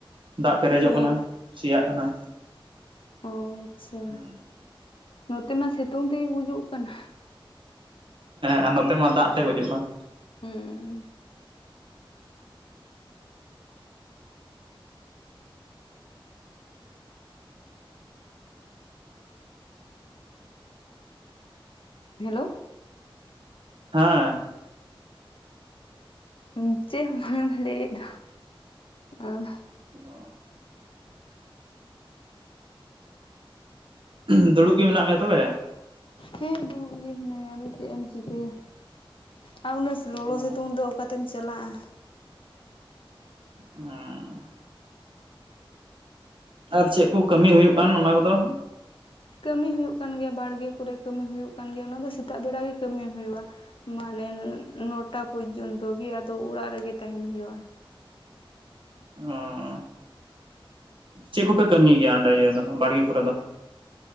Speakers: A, on the right; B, on the left.
A: ᱫᱟᱜᱽ ᱯᱮᱨᱮᱡᱚᱜ
B: ᱦᱮᱸ
A: ᱠᱟᱱᱟ ᱥᱮᱭᱟᱜ ᱠᱟᱱᱟ᱾
B: ᱳ ᱟᱪᱪᱷᱟ
A: ᱦᱩᱸ
B: ᱱᱚᱛᱮ ᱢᱟ ᱥᱮᱛᱩᱝ ᱛᱮᱜᱮ ᱜᱩᱡᱩᱜᱽ ᱠᱟᱱᱟ᱾
A: ᱦᱮᱸ ᱱᱚᱛᱮ ᱢᱟ ᱫᱟᱜᱽ ᱛᱮ ᱜᱩᱡᱩᱜᱽ ᱠᱟᱱ᱾
B: ᱦᱩᱸ ᱦᱮᱞᱳ
A: ᱦᱮᱸ
B: ᱩᱸ ᱪᱮᱫ ᱵᱟᱝ ᱮᱢ ᱞᱟᱹᱭᱮᱫ ᱫᱚ ᱚᱸ᱾
A: ᱱᱚᱸ ᱩᱸᱜ ᱫᱩᱲᱩᱵ ᱜᱮ ᱢᱮᱱᱟᱜ ᱢᱮᱭᱟ ᱛᱚᱵᱮ?
B: ᱦᱮᱸ ᱫᱩᱲᱩᱵ ᱜᱮ ᱦᱤᱱᱟᱹᱧᱟ ᱟᱫᱚ ᱪᱮᱫ ᱮᱢ ᱪᱤᱠᱟᱹᱭᱟ᱾ ᱟ ᱩᱱᱟᱹᱜ ᱥᱮ ᱞᱚᱞᱚ
A: ᱚ
B: ᱥᱤᱛᱩᱝ ᱫᱚ ᱚᱠᱟᱛᱮᱢ ᱪᱟᱞᱟᱜᱼᱟ᱾
A: ᱦᱩᱸ ᱟᱨ ᱪᱮᱜ ᱠᱚ ᱠᱟᱹᱢᱤ ᱦᱩᱭᱩᱜ ᱠᱟᱱ ᱚᱱᱟ ᱠᱚᱫᱚ
B: ᱠᱟᱹᱢᱤ ᱦᱩᱭᱩᱜ ᱠᱟᱱ ᱜᱮᱭᱟ ᱵᱟᱲᱜᱮ ᱠᱚᱨᱮ ᱠᱟᱹᱢᱤ ᱦᱩᱭᱩᱜ ᱠᱟᱱ ᱜᱮᱭᱟ ᱚᱱᱟ ᱫᱚ ᱥᱮᱛᱟᱜ ᱵᱮᱲᱟ ᱜᱮ ᱠᱟᱹᱢᱤ ᱦᱩᱭᱩᱼᱟ ᱢᱟᱱᱮᱱ ᱱᱚᱴᱟ ᱯᱚᱡᱽᱱᱛᱚ ᱜᱮ ᱟᱫᱚ ᱚᱲᱟᱜ ᱨᱮᱜᱮ ᱛᱟᱦᱮᱱ ᱦᱩᱭᱩᱜᱼᱟ᱾
A: ᱚᱸ ᱪᱮᱫ ᱠᱚᱯᱮ ᱠᱟᱹᱢᱤᱭ ᱜᱮᱭᱟ ᱚᱸᱰᱮ ᱤᱭᱟᱹ ᱫᱚ ᱵᱟᱲᱜᱮ ᱠᱚᱨᱮ ᱫᱚ?